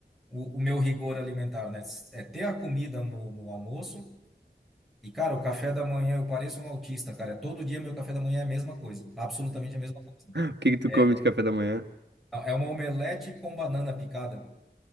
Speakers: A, in the centre; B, on the right.
A: o, o meu rigor alimentar, né? É ter a comida no, no almoço. E, cara, o café da manhã, eu pareço um autista, cara. Todo dia meu café da manhã é a mesma coisa. Absolutamente a mesma coisa.
B: O que que tu
A: É,
B: come de café da manhã?
A: é uma omelete com banana picada.